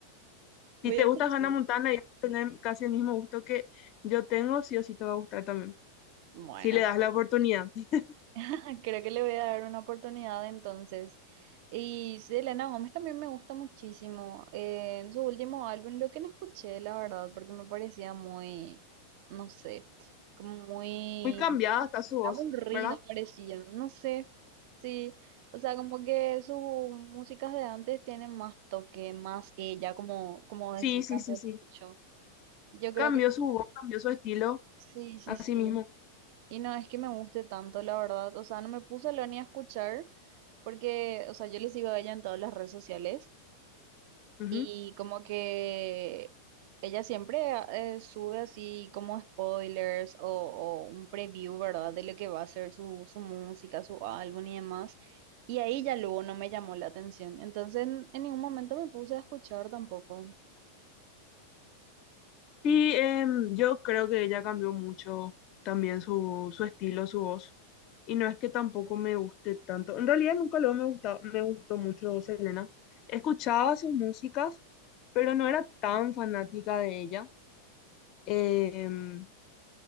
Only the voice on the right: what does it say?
Voy
a escuchar.
Bueno,
pues,
<laughs> creo que le voy a dar una oportunidad entonces. Y sí, Selena Gómez también me gusta muchísimo. Eh, en su último álbum, lo que no escuché, la verdad, porque me parecía muy, no sé, como muy
aburrido
parecía, no sé. Sí, o sea, como que sus músicas de antes tienen más toque, más ella, como, como decía,
cambió
mucho. Yo creo
que
sí, sí,
sí.
Y no es que me guste tanto, la verdad. O sea, no me puse a hablar ni a escuchar porque, o sea, yo le sigo a ella en todas las redes sociales
y como que ella siempre ah, eh, sube así como spoilers o, o un preview, ¿verdad? De lo que va a ser su, su música, su álbum y demás. Y ahí ya luego no me llamó la atención. Entonces, en, en ningún momento me puse a escuchar tampoco.